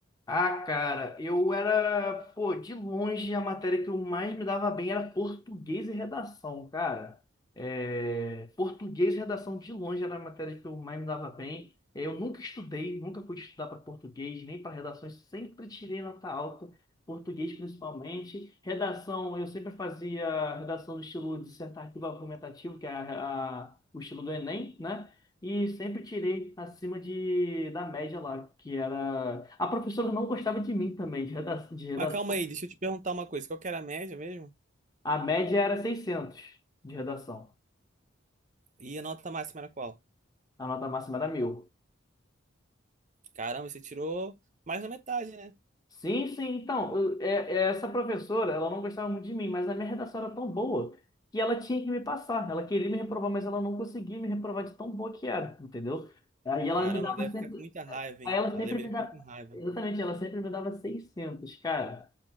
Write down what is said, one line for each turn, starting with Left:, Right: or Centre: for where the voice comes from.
Left: Ah, cara, eu era, pô, de longe a matéria que eu mais me dava bem era português e redação, cara. É, português e redação de longe era a matéria que eu mais me dava bem. É, Eu nunca estudei, nunca fui estudar para português, nem para redações, sempre tirei nota alta, português principalmente. Redação, eu sempre fazia redação no estilo dissertativo argumentativo, que é a- a- o estilo do Enem, né? E sempre tirei acima de, da média lá, que era... A professora não gostava de mim também, de reda- de redação.
Right: Mas calma aí, deixa eu te perguntar uma coisa. Qual que era a média mesmo?
Left: A média era 600 de redação.
Right: E a nota máxima era qual?
Left: A nota máxima era mil
Right: Caramba, você tirou mais da metade, né?
Left: Sim, sim. Então, eu- é- é essa professora, ela não gostava muito de mim, mas a minha redação era tão boa que ela tinha que me passar. Ela queria me reprovar, mas ela não conseguia me reprovar de tão boa que era, entendeu? Aí ela
Right: Caramba,
Left: me dava
Right: ela deve
Left: sempre...
Right: ficar com muita raiva, hein?
Left: Aí ela
Right: Ela
Left: sempre
Right: deveria
Left: me dava...
Right: ficar com raiva.
Left: Exatamente, ela sempre me dava 600, cara.